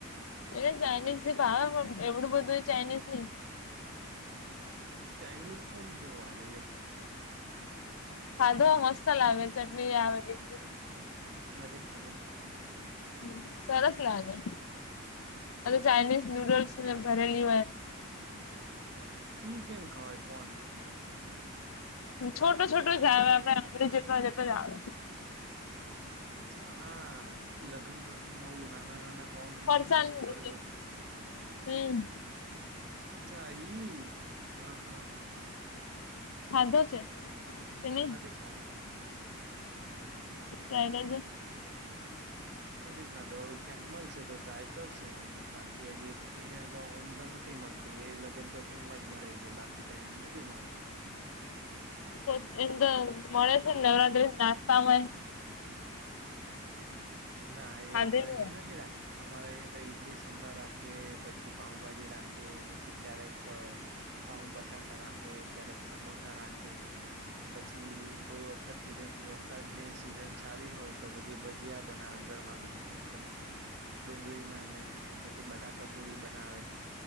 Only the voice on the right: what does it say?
ચાઇનીઝ કોન કેવું આવે લે.
નથી ખાધો.
ઈ કેમ ખવાય કોન.
અચ્છા આ લગ્ન પ્રસંગમાં હું નાના-નાના કોણ હોય
એની અંદર બરોબર
<inaudible> છા ઈ હા-હા
નથી ખાધા.
નથી ખાધો હવે ક્યાંક મળશે તો ટ્રાય કરશું બાકી હજી અહિયા તો ઓમ તો નથી મળતું એ લગ્ન પ્રસંગ માં જ મળે તે બાકી તો એમ નથી મળતી.
ના
એ અમારે એ નથી રાખ અમારે અહિયાં તો ઈડલી સાભાર રાખે પછી પાાવભાજી રાખે પછી ક્યારેક તો પાઉ બટાકા રાખે ક્યારેક સમોસા રાખે પછી કોઈ વખત વરસાદ ની સીઝન સારી હોય તો પછી ભજીયા બનાવે ગરમા ગરમ એકદમ ડુંગળીના ને ને પછી બટાકા પૂરી બનાવે.